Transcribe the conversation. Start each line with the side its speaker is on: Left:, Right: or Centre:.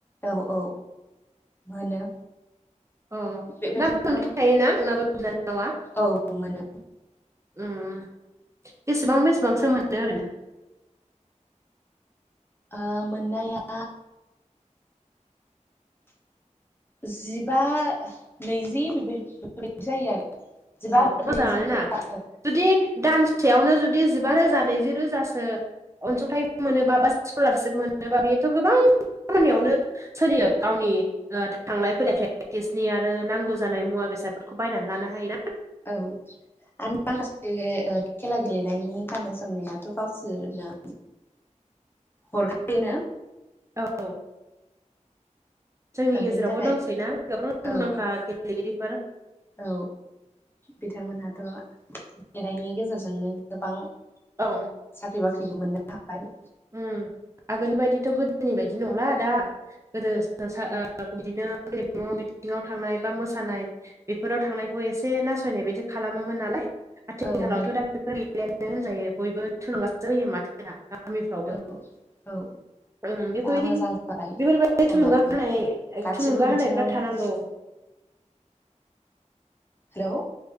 Left: औ औ मोनो।
Right: औ नोंनाबो
Left: बेबायदिनो
Right: मोनबाय थायोना नोंनाबो बिनानावा?
Left: औ मोनो।
Right: उम बेसेबां बेसेबांसो मोनो आरैनो?
Left: ओ मोननाया जिबा नैजि बेफोर-बेफोरबायदि जायो आरो। जिबा
Right: ओ मोजाङानो
Left: नैजि
Right: ना
Left: औ
Right: जुदि दान सेयावनो जुदि जिबा रोजा नैजिरोजासो अनसुंथाइ मोनोबा बा स्कुलारसिप मोनोबा बेथ' गोबां खामानियावनो सोलियो गावनि ओ थांलाय फैलाय प्रेक्टिसनि आरो नांगौ जानाय मुवा बेसादफोरखौ बायनानै लानो हायोना।
Left: औ आरो माखासे खेला गेलेनायनि गान्नाय जोमनायाथ' गावसोरनो
Right: <inaudible>
Left: हरखायोनो
Right: औ औ जोंनि
Left: दा
Right: गेजेरावबो
Left: बेनि थाखाय
Right: दंसैना गोबां
Left: औ
Right: मुंदांखा गेले गेलेगिरिफोर
Left: औ बिथांमोनहाथ' गेलनायनि गेजेरजोंनो गोबां
Right: औ
Left: साख्रि बाख्रिबो मोनो हाबाय
Right: ओम आगोलनि बायदिथ' गोदोनि बायदि नंला दा गोदो <unintelligible> बिदिनो गेलेमु बिथिङाव थांनाय बा मोसानाय बेफोराव थांनायखौ एसे नासयनाय बायदि खालामोमोन नालाय आथिखालावथ'
Left: औ नों
Right: दा बेफोर गैलायानो होनजायो बयबो थुलुंगासो होयो माथो दा गामिफ्रावबो
Left: औ औ
Right: ओं बेफोरबायदि
Left: दा मोजां जाबाय
Right: बेफोरबायदि
Left: समाबो
Right: थुलुंगा होनाय
Left: गासिबो
Right: थुलुंगा
Left: बिथिङावनो
Right: होनायफ्रा थानांगौ
Left: हेलौ